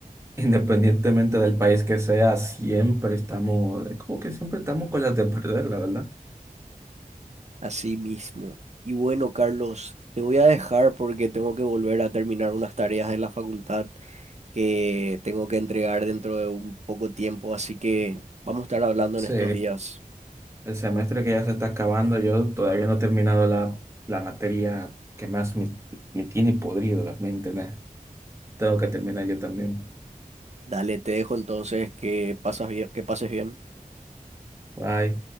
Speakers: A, on the right; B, on the right.
A: Independientemente del país que sea, siempre estamos, como que siempre estamos con las de perder, la verdad.
B: Así mismo. Y bueno, Carlos, te voy a dejar porque tengo que volver a terminar unas tareas en la facultad que tengo que entregar dentro de un poco tiempo, así que vamos a estar hablando
A: Sí.
B: en estos días.
A: El semestre que ya se está acabando, yo todavía no he terminado la, la materia que más me, me tiene podrido la mente, ¿no? Tengo que terminar yo también.
B: Dale, te dejo entonces que pasas bien, que pases bien.
A: Bye.